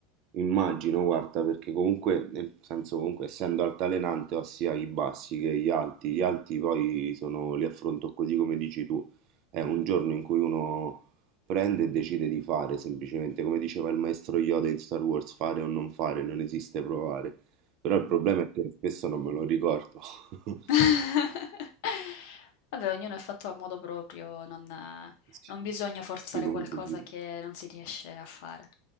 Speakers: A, on the right; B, on the left.
A: Immagino, guarda, perché comunque, nel senso, comunque, essendo altalenante, ho sia i bassi che gli alti. Gli alti poi sono, li affronto così come dici tu. È un giorno in cui uno prende e decide di fare, semplicemente, come diceva il maestro Yoda in Star Wars, fare o non fare, non esiste provare. Però il problema è che spesso non me lo ricordo. <laughs>
B: <laughs> Vabbè, ognuno è fatto a modo proprio, non, eh,
A: Sì.
B: non bisogna forzare
A: Sì, comunque
B: qualcosa
A: sì,
B: che non si riesce a fare.